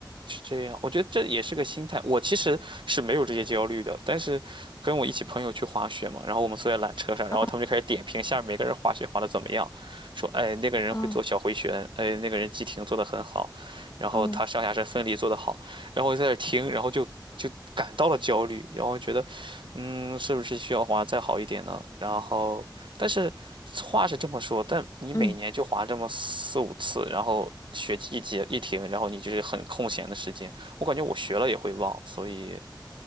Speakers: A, on the right (about 80°); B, on the left (about 40°).
A: 是这样。我觉得这也是个心态。我其实是没有这些焦虑的，但是跟我一起朋友去滑雪嘛，然后我们坐在缆车上，然后他们就开始点评下面每个人滑雪滑的怎么样，
B: 啊
A: 说，哎，那个人会做小回旋，
B: 啊
A: 哎，那个人急停做的很好，然后他上下身分离做得好，
B: 啊。
A: 然后我就在那听，然后就就感到了焦虑，然后觉得，嗯，是不是需要滑得再好一点呢？然后，但是。话是这么说，但你每年就滑这么四五次，
B: 嗯。
A: 然后学期一结一停，然后你就是很空闲的时间，我感觉我学了也会忘，所以